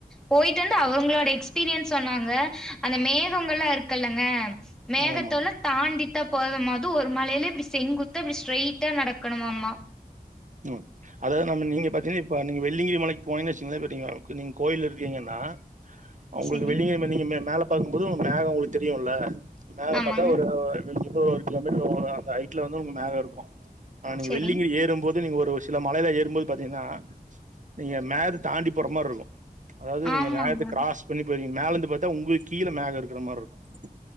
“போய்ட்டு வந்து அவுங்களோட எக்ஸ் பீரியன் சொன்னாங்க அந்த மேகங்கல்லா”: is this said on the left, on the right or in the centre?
Centre